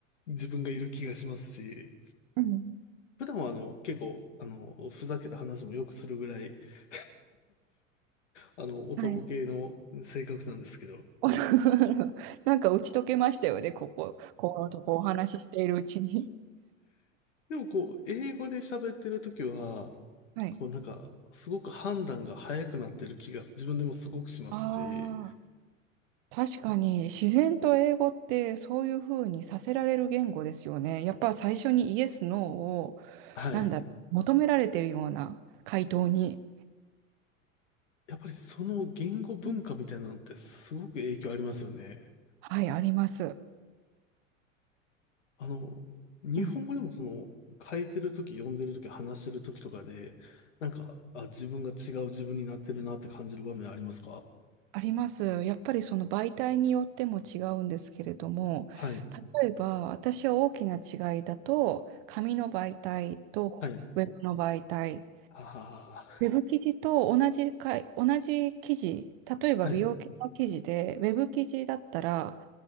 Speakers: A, on the left; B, on the right.
A: 自分がいる気がしますし、
B: うん。
A: 普段はあの、結構、あの、ふざけた話もよくするぐらい <laughs> あの、おとぼけの性格なんですけど。
B: はい。<laughs> なんか打ち解けましたよね、ここ、ここのとこお話ししているうちに。
A: でもこう、英語で喋ってるときは、
B: はい。
A: こうなんか、すごく判断が早くなってる気が自分でもすごくしますし、
B: ああ、確かに自然と英語ってそういうふうにさせられる言語ですよね。やっぱ最初にイエス、ノーを、
A: はい。
B: なんだろう、求められてるような回答に、
A: やっぱりその言語文化みたいなのってすごく影響ありますよね。
B: うんはい、あります。
A: あの、日本語でもその、
B: うん、
A: 書いてるとき、読んでるとき、話してるときとかで、なんか、あ、自分が違う自分になってるなって感じる場面ありますか
B: あります。やっぱりその媒体によっても違うんですけれども、
A: はい。
B: 例えば私は大きな違いだと、紙の媒体とウェブの媒体
A: はい。あ
B: ウェブ記事と同じかい、同じ記事、例えば美容系の記事で、
A: あ、はい。
B: ウェブ記事だったら、